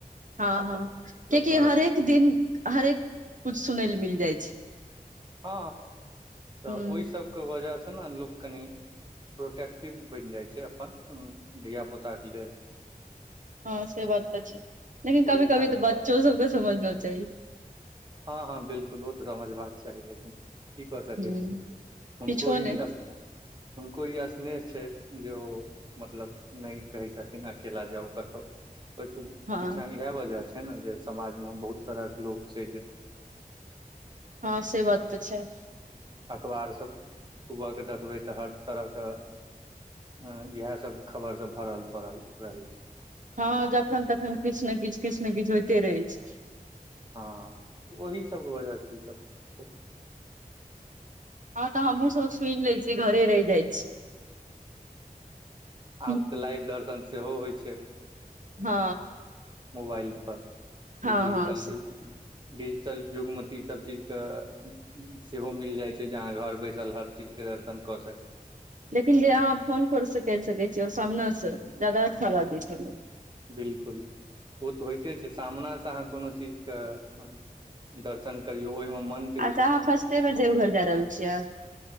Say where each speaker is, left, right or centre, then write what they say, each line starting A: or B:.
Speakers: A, on the right; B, on the right.
A: ह
B: अपन
A: - ह कियेकि
B: मतलब घर
A: हरेक दिन हरेक कुछ सुनै ले मिल जै छै।
B: ह तऽ
A: ह
B: ओय सबके वजह सँ न लोक कनि प्रोटेक्टिव बैन जाय छै, अपन धियापुताक लेल।
A: ह से बात तऽ छै लेकिन
B: ओहि
A: कभी-
B: कारण
A: कभी तऽ बच्चो सबके समझना चाही।
B: ह - ह बिलकुल ओ तऽ समझबाक चाही, लेकिन की कऽ सकैत
A: ह
B: छियै हुनको
A: किछो नहि
B: इ हुनको येह स्नेह छै जे ओ मतलब नैय कहै छथिन अकेला जाउ कतौ, ओय पीछा
A: हँ
B: इहे वजह छैय न, जे समाज मे बहुत तरहक लोक छै जे
A: ह से बात तऽ छैय।
B: अकबार सब सुबह के देखबै तऽ, हर तरह क ह इहे सब खबर सब भरल पड़ल रहै छैय।
A: ह जखन -तखन किछ ने किछ- किछ ने किछ होयते रहै छैय।
B: ह ओहि सबके वजह से इ सब। छै
A: ह तऽ हमहु सब सुन लैछी घरे रैह जाय छी। छी
B: आब तऽ लाइव दर्शन सेहो होय छैय।
A: हँ
B: मोबाइल पर
A: हँ
B: इ डिजिटल
A: हँ से
B: जुग। डिजिटल युग मे तऽ इ सब चीज कऽ सेहो मिल जाय छै, जे आहाँ घर बैसल हर चीज के दर्शन क सकै छी।
A: लेकिन जे आहाँ फोन पर स कैर सकै छि, ओर सामने स ज्यादा अच्छा लागै छैय न।
B: बिल्कुल, ओ तऽ होयते छैय। सामना सँ आहाँ कोनो चिज के दर्शन करियौ ओय मे मन
A: अच्छा अहाँ फस्टे बेर देवघर जा रहल छियै।